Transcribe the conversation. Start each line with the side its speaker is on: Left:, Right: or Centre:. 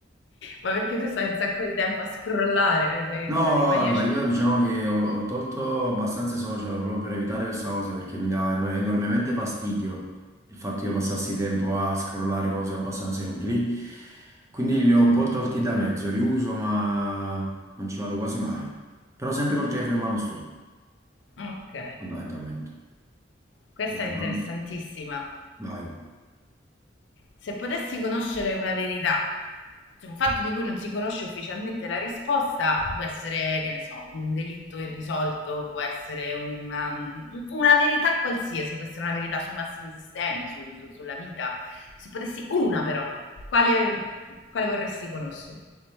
Left: Ma perché tu stai un sacco di tempo a scrollare, sei
Right: No,
Left: uno dei maniaci.
Right: allora io diciamo che ho, ho tolto abbastanza i social proprio per evitare questa cosa perché mi dà en- enormemente fastidio il fatto che io passassi tempo a scrollare cose abbastanza inutili. Quindi li ho un po' tolti da mezzo, li uso ma non ci vado quasi mai. Però sempre col telefono in mano sto,
Left: Ok,
Right: fondamentalmente.
Left: questa
Right: Dai,
Left: è interessantissima.
Right: fammi- vai.
Left: Se potessi conoscere una verità, cioè un fatto di cui non si conosce ufficialmente la risposta, può essere, che ne so, un delitto irrisolto, può essere una, una verità qualsiasi, può essere una verità sui massimi sistemi, sul- su- sulla vita. Se potessi una però, quale, quale vorresti conoscere?